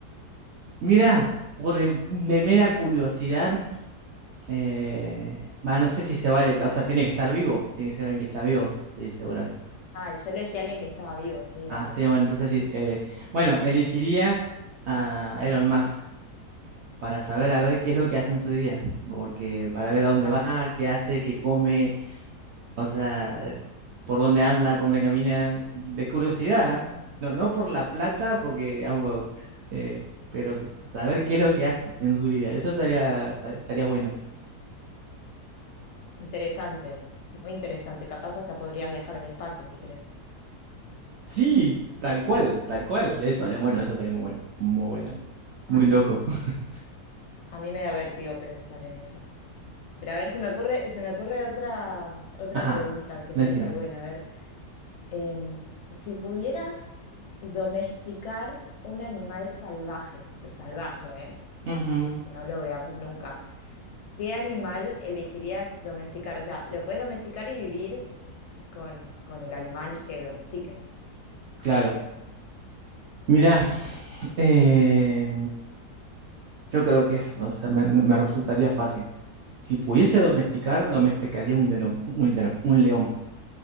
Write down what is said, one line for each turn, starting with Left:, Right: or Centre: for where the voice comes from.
Right: Mira, por el, de mera curiosidad, Eh, bah, no sé si se vale, o sea, tiene que estar vivo, tiene que ser alguien que está vivo, sí, seguramente.
Left: Ay, yo elegí a alguien que estaba vivo, sí,
Right: Ah,
Left: dale.
Right: sí, bueno, entonces sí. eh, bueno, elegiría a Elon Musk para saber a ver qué es lo que hace en su día, porque para ver a dónde
Left: Wow,
Right: va, qué hace, qué come, o sea, por dónde anda, por dónde camina, de curiosidad, ¿eh? no, no por la plata, porque digamos, eh, pero saber qué es lo que hace en su día, eso estaría, estaría bueno.
Left: interesante, muy interesante. Capaz hasta podrías viajar al espacio si querés.
Right: Sí, tal cual, tal cual. Eso, eh, bueno, eso estaría muy bueno, muy bueno, muy
Left: Ah,
Right: loco. <laughs>
Left: a mí me da vértigo pensar en eso. Pero a ver, se me ocurre, se me ocurre otra, otra
Right: Ajá,
Left: pregunta que
Right: decime.
Left: puede estar buena. A ver, em, si pudieras domesticar un animal salvaje, pero salvaje, ¿eh?
Right: Ujú,
Left: que no lo veamos nunca, ¿qué animal elegirías domesticar? O sea, lo puedes domesticar y vivir con, con el animal que domestiques.
Right: claro. Mira, eh, yo creo que, o sea, me, me resultaría fácil. Si pudiese domesticar, domesticaría un delón, un delón, un león.